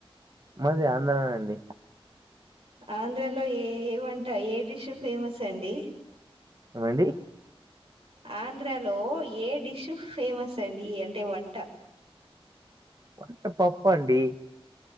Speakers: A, on the right; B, on the right.
A: మది ఆంధ్రానండి
B: ఆంధ్రాలో ఏ వంట ఏ డిష్ ఫేమస్ అండి
A: ఏమండి
B: ఆంధ్రాలో ఏ డిష్ ఫేమస్ అండి అంటే వంట
A: వంట పప్ప అండి